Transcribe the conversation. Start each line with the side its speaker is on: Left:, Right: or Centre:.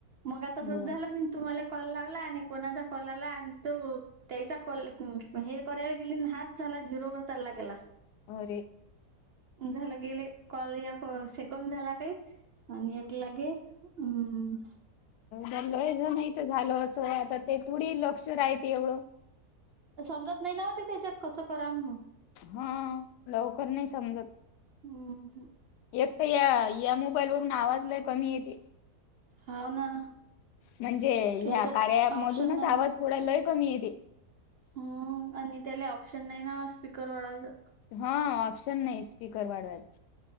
Right: मग आ तसच
Left: बर
Right: झालं मी तुम्हाला कॉल लावला आणि कोणाचा कॉल आला आणि तो त्याचा क हे करायला गेली हच झाला झिरोवरर चालला गेला.
Left: होरे
Right: झालं गेले कॉल सेकून झाला काही आणि एकलागे. हम
Left: जलोय ज मात झाल असं आता ते थोडी लक्ष राहते एवढं.
Right: समजत नाही ना म ते त्याच्यात कसं करा मग
Left: हा लवकर नाही समजत
Right: हम्म
Left: एक तर या या मोबाईल वरून आवाजला कमी येते.
Right: हाव ना
Left: म्हणजे ह्या
Right: याच्यात
Left: कार्याप
Right: ऑप्शन
Left: मधूनच
Right: नाही
Left: आवाज थोड लय कमी येते.
Right: हो आणि त्याला ऑप्शन नाही ना स्पीकर वाढवायचं.
Left: हा ऑप्शन नाही स्पीकर वाढवायच.